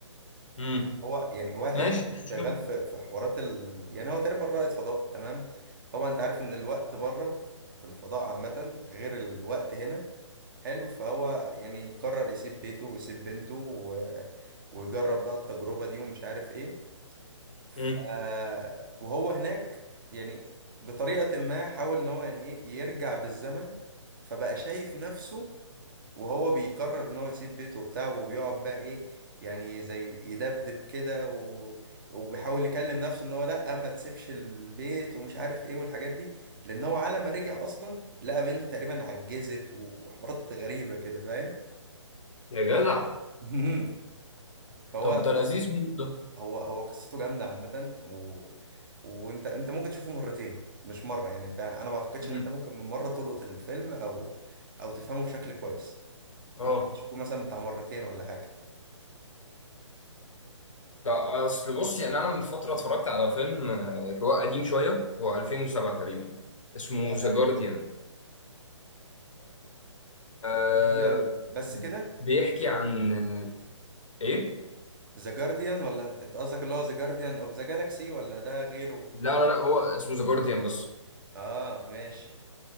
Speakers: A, on the left; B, on the right.
A: امم
B: هو يعني واحد
A: ماشي مش مشكله
B: شغال في في حوارات ال... يعني هو تقريبا رائد فضاء تمام طبعا انت عارف ان الوقت بره في الفضاء عامه غير الوقت هنا حلو فهو يعني قرر يسيب بيته ويسيب بنته و... ويجرب بقى التجربه دي ومش عارف ايه ف...
A: امم
B: وهو هناك يعني بطريقة ما حاول ان هو يعني ايه يرجع بالزمن فبقى شايف نفسه وهو بيقرر ان هو يسيب بيته وبتاعه وبيقعد بقى ايه يعني زي يدبدب كده و... وبيحاول يكلم نفسه ان هو لا ما تسيبش البيت ومش عارف ايه والحاجات دي لان هو على ما رجع اصلا لقى بنته تقريبا عجزت وحوارات غريبة كده فاهم
A: يا جدع
B: <laughs> فهو
A: طب ده لذيذ
B: بص
A: موت ده
B: هو هو قصته جامده عامه و... وانت انت ممكن تشوفه مرتين مش مره يعني انت انا ما اعتقدش
A: امم
B: ان انت ممكن من مره تلقط الفيلم او او تفهمه بشكل كويس انت
A: اه
B: ممكن تشوفه مثلا بتاع مرتين ولا حاجه
A: طب اصل بص يعني انا من فتره اتفرجت على فيلم آه، هو قديم شويه هو 2007 تقريبا اسمه
B: ياه
A: ذا جارديان آه
B: ذا جارديان بس كده
A: بيحكي عن ايه
B: ذا جارديان ولا انت أنت قصدك اللي هو ذا جارديان اوف ذا جالاكسي ولا ده غيره
A: لا لا لا هو اسمه ذا جارديان بس
B: اه ماشي